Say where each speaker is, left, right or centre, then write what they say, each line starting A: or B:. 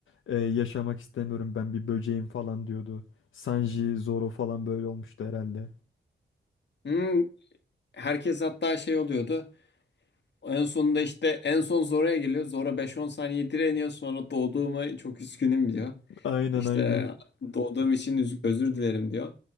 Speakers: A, on the left; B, on the left.
A: E, yaşamak istemiyorum ben bir böceğim falan diyordu. Sanji, Zoro falan böyle olmuştu herhalde.
B: Hmm, herkes hatta şey oluyordu. En sonunda işte en son Zora'ya geliyor. Zora beş on saniye direniyor. Sonra doğduğuma çok üzgünüm diyor.
A: Aynen
B: İşte
A: aynen.
B: doğduğum için üz- özür dilerim diyor.